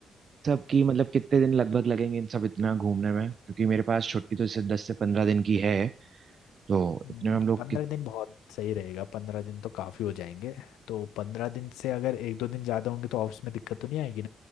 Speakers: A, on the right; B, on the left.
A: सब की मतलब कितने दिन लगभग लगेंगे इन सब इतना घूमने में क्योंकि मेरे पास छुट्टी तो इससे दस से पंद्रह दिन की है तो
B: हम्म,
A: इतने में हम लोग
B: पंद्रह
A: कित-
B: दिन बहुत सही रहेगा पंद्रह दिन तो काफ़ी हो जाएंगे तो पंद्रह दिन से अगर एक दो दिन ज़्यादा होंगे तो ऑफिस में दिक्कत तो नहीं आएगी